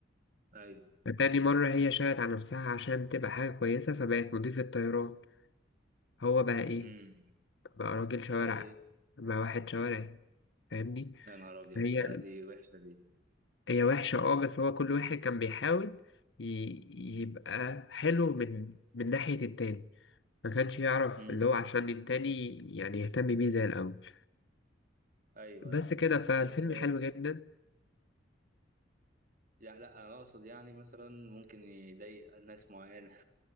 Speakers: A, on the right (about 50°); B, on the left (about 70°).
A: ايوه
B: فتاني مرة هي شاهدت على نفسها عشان تبقى حاجة كويسة فبقت مضيفة طيران هو بقى إيه
A: امم
B: بقى راجل شوارع
A: ايوه ايوه
B: بقى واحد شوارعي فاهمني
A: يا نهار ابيض
B: هي
A: لا دي وحشة دي
B: هي وحشة اه بس هو كل واحد كان بيحاول ي- يبقى حلو من من ناحية التاني ما كانش يعرف
A: امم
B: اللي هو عشان التاني يعني يهتم بيه زي الأول
A: ايوه
B: بس
A: ايوه
B: كده فالفيلم
A: بس آه،
B: حلو جدا
A: يعني لا انا اقصد يعني مثلا ممكن يضايق ناس معينة